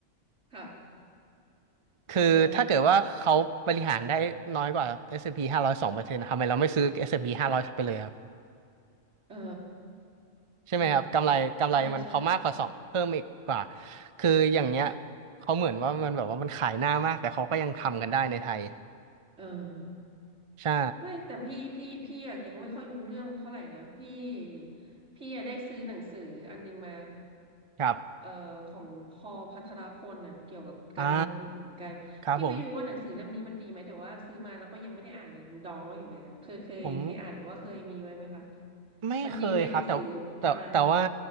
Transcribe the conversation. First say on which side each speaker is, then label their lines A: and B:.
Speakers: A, on the right (about 70°); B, on the right (about 35°).
A: ค่ะ
B: คือถ้าเกิดว่าเขาบริหารได้น้อยกว่า
A: เออฮะ
B: S&P 500 2%ทำไมเราไม่ซื้อ S&P 500ไปเลย
A: เออ
B: ใช่ไหมครับกำไรกำไรมันเขามากกว่าสองเพิ่มอีกกว่า
A: อืมใช่ใช่
B: คืออย่างเนี้ยเขาเหมือนว่ามันแบบว่ามันขายหน้ามากแต่เขาก็ยังทำกันได้ในไทย
A: เออ
B: ใช่
A: ไม่แต่พี่พี่พี่อะยังไม่ค่อยรู้เรื่องเท่าไหร่นะพี่พี่อะได้ซื้อหนังสืออันนึงมา
B: ครับ
A: เอ่อของพอลพัทรพลน่ะเกี่ยวกับการลงทุนเหมือนกันพี่ไม่รู้ว่าหนังสือเล่มนี้มันดีไหมแต่ว่าซื้อมาแล้วก็ยังไม่ได้อ่านเลยยังดองไว้อยู่เลยอ่ะเคยเคยเคยอ่านหรือว่าเคยมีไว้ไหมคะ
B: อ่าครับผมผมไม่เคยครับแต่แต่แต่ว่า
A: มันดีไหมหนังสือประมาณเนี้ย